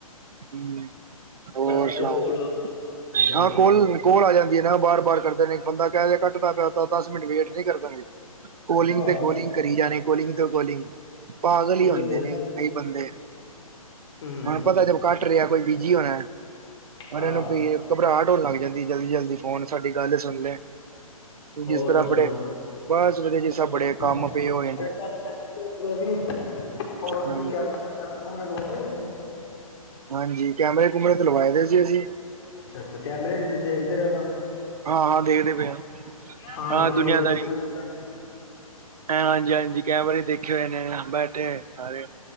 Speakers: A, on the right; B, on the left.
A: ਹੂੰ ਹੋਰ
B: ਬਸ ਪਿੱਛੋਂ
A: ਸੁਣਾਓ
B: ਕੋਲ ਕਰੀ ਜਾਂਦੇ
A: ਹਾਂ ਕੋਲ
B: ਮੈਨੂੰ ਕਦੀ
A: ਕੋਲ ਆ ਜਾਂਦੀ ੲੈ ਨਾ ਬਾਰ-ਬਾਰ ਕਰਨ ਬੰਦਾ ਕਹਿ ਦੇ ਘੱਟਦਾ ਪਿਆਦਸ ਮਿੰਟ ਵੇਟ ਨਹੀਂ ਕਰਦਾ ਕੋਲਿੰਗ
B: ਹਾਂ
A: ਤੇ ਕੋਲਿੰਗ ਕਰੀ ਜਾਣੇ ਕੋਲਿੰਗ ਤੋਂ ਕੋਲਿੰਗ ਪਾਗਲ ਹੀ
B: ਉਹੀ
A: ਹੁੰਦੇ
B: ਤੇ
A: ਨੇ ਕਈ ਬੰਦੇ
B: ਹੂੰ।
A: ਹੁਣ ਪਤਾ ਜੇ ਘੱਟ ਰਿਹਾ ਕੋਈ ਬਿਜੀ ਹੋਣਾ ਪਰ
B: ਹਾਂ
A: ਇਹਨੂੰ ਘਬਰਾਹਟ ਹੋਣ ਲੱਗ ਜਾਂਦੀ ਜਲਦੀ- ਜਲਦੀ ਫੋਨ ਸਾਡੀ ਗੱਲ ਸੁਣ ਲੇ
B: ਹੋਰ
A: ਜਿਸ ਤਰ੍ਹਾਂ
B: ਦੱਸੋ
A: ਬੜੇ ਬਸ ਜਿਸ ਤਰ
B: ਹਾਂ,
A: ਬੜੇ ਕੰਮ- ਪਏ ਹੋਏ
B: <inaudible>
A: ਨੇ
B: ਹੋਰ ਤੁਸੀਂ
A: ਹਾਂਜੀ
B: ਕੈਮਰੇ ਕੁਮਰੇ ਲਵਾਏ ਹੋਏ ਨੇ
A: ਹਾਂਜੀ ਕੈਮਰੇ-ਕੂਮਰੇ ਤੇ ਲਵਾਏ ਦੇ ਸੀ ਅਸੀਂ
B: ਅੱਛਾ-ਅੱਛਾ ਕੈਮਰੇ ਚ ਦੇਖਦੇ ਰਹਿਣਾ
A: ਹਾਂ-ਹਾਂ ਦੇਖਦੇ ਪਏ ਹਾ-ਹਾਂ
B: ਹਾਂ ਗੱਡੀ
A: ਦੁਨੀਆਂ
B: ਦੇ ਵਿੱਚ।
A: ਦਾਰੀ ਹੈ ਹਾਂਜੀ-ਹਾਂਜੀ ਕੈਮਰੇ ਚ ਦੇਖੇ ਹੋਏ ਨੇ ਬੈਠੇ ਹੋਏ ਨੇ ਸਾਰੇ।